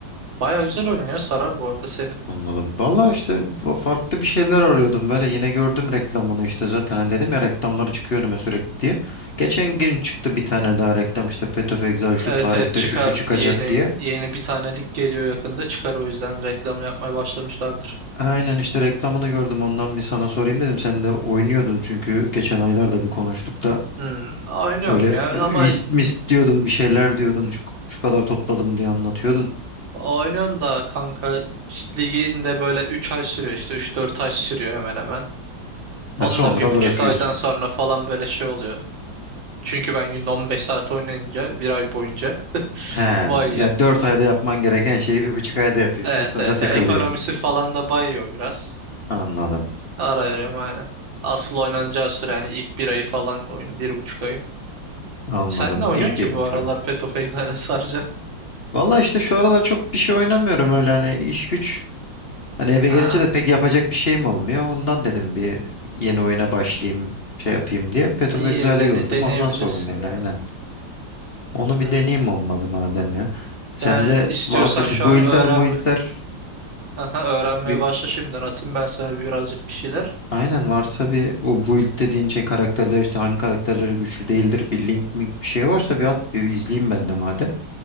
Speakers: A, on the right; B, on the left.
A: Baya güzel oynuyor. Sarar bu arada seni.
B: Anladım. Vallahi işte fa- farklı bir şeyler arıyordum böyle yine gördüm reklamını işte zaten hani dedim ya reklamları çıkıyor önüme sürekli diye. Geçen gün çıktı bir tane daha reklam işte Path of Exile şu
A: Evet
B: tarihte
A: evet çıkar.
B: şu şu çıkacak
A: Yeni
B: diye.
A: yeni bir tanelik geliyor yakında. Çıkar o yüzden reklam yapmaya başlamışlardır.
B: Aynen işte reklamını gördüm ondan bir sana sorayım dedim sen de oynuyordun çünkü geçen aylarda bir konuştuk da
A: Hmm, oynuyorum
B: böyle
A: ya
B: e,
A: ama
B: wisp misp diyordun bir şeyler diyordun şu, şu kadar topladım diye anlatıyordun.
A: oynuyorum da kanka işte ligin böyle 3 ay sürüyor işte üç dört ay sürüyor hemen hemen. Onun
B: Ha, sonra
A: da bir buçuk
B: bırakıyorsun.
A: aydan sonra falan böyle şey oluyor. Çünkü ben günde 15 saat oynayınca bir ay boyunca <laughs>
B: He, yani
A: bayıyor.
B: 4 ayda yapman gereken şeyi bir buçuk ayda yapıyorsun
A: Evet
B: sonra
A: evet
B: sıkılıyorsun.
A: ya ekonomisi falan da bayıyor biraz.
B: Anladım.
A: Ara verem aynen. Asıl oynanacağı süre yani ilk bir ayı falan oyunu. Bir buçuk ayı.
B: Anladım.
A: Sen ne oynuyorsun
B: İlk
A: ki
B: birinci
A: bu aralar
B: koy.
A: Path of Exile'e saracaksın? <laughs>
B: Valla işte şu aralar çok bir şey oynamıyorum öyle hani iş güç. Hani eve
A: Ha,
B: gelince de pek yapacak bir şeyim olmuyor. Ondan dedim bir yeni oyuna başlayayım şey yapayım diye. Path of
A: iyi
B: Exile'i
A: bir dene-
B: gördüm.
A: deneyebilirsin
B: Ondan sordum yani
A: ya.
B: aynen. Onu bir
A: Hmm.
B: deneyeyim olmadı madem ya. Sende
A: Yani istiyorsan
B: vardır şu
A: şu
B: build'ler
A: an öğren
B: muild'ler
A: Aha, öğrenmeye
B: bir
A: başla şimdiden. Atayım ben sana birazcık bir şeyler.
B: aynen varsa bir bu build dediğin şey karakterler işte hangi karakterleri güçlü değildir bir link mink bir şey varsa bir at bir izleyeyim ben de madem.